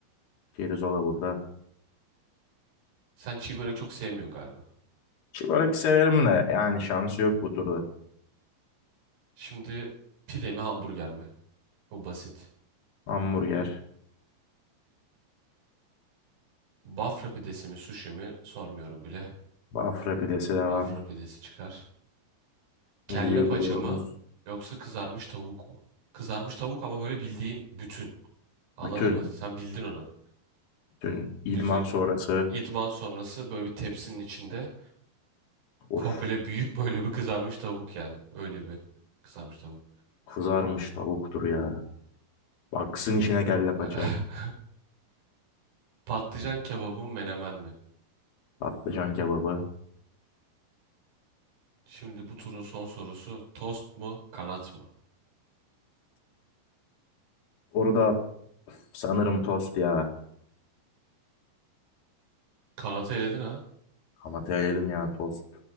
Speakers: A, on the left (about 65°); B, on the right (about 60°).
A: Pirzola burada.
B: Sen çiğ börek çok sevmiyorsun galiba.
A: Çiğörek severim de yani şansı yok bu turda.
B: Şimdi pide mi hamburger mi? Bu basit.
A: Hamburger,
B: Bafra pidesi mi sushi mi sormuyorum bile.
A: Bafra pidesi devam.
B: Bafra pidesi çıkar. Kelle
A: Milli
B: paça
A: gururumuz.
B: mı yoksa kızarmış tavuk mu? Kızarmış tavuk ama böyle bildiğin bütün. Anladın
A: Bütün,
B: mı? Sen bildin onu.
A: bütün
B: Bütün.
A: idman sonrası.
B: İdman sonrası böyle bir tepsinin içinde
A: Of
B: komple büyük böyle bir kızarmış tavuk yani. Öyle bir kızarmış tavuk.
A: kızarmış tavuktur ya. Baksın içine kelle paça.
B: <laughs> Patlıcan kebabı mı menemen mi?
A: Patlıcan kebabı.
B: Şimdi bu turun son sorusu tost mu kanat mı?
A: Orada sanırım tost ya.
B: Kanatı eledin ha.
A: Ama terim ya tost.